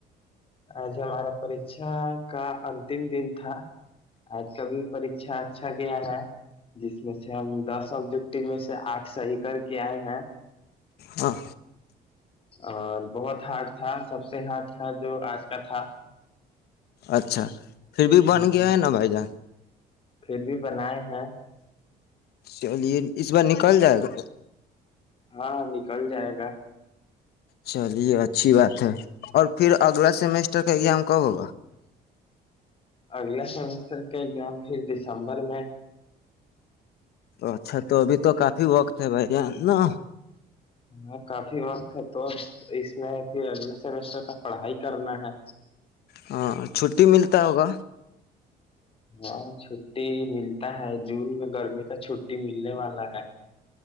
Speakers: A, on the left; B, on the left.
A: آج ہمارا پریھا کا اتم دن تھا آج کبھی پریچا اچھا گیا ہے جس میں سے ہم دس آبجیکٹ میں سے آٹھ صحیح کر کے آئے ہیں
B: ہاں
A: اور بہت ہارڈ تھا سب سے ہارڈ تھا جو آج کا تھا
B: اچھا پھر بھی بن
A: ہ
B: گیا ہے نا بھائی جان
A: پھر بھی بنائے ہیں
B: چلیے اس بار نکل جائے گا
A: ہاں نکل جائے گا
B: چلیے اچھی بات ہے اور پھر اگلا سیمیسٹر کا ایگزام کب ہوگا
A: اگلا سمسٹر کا ایگزام پھر دسمبر میں
B: اچھا تو ابھی تو کافی وقت ہے بھائی یہ نا
A: ہاں کافی وقت ہے تو اس میں پھر اگلے سیمسٹر کا پڑھائی کرنا ہے
B: ہاں چھٹی ملتا ہوگا
A: ہاں چھٹی ملتا ہے جون میں گرمی کا چھٹی ملنے والا ہے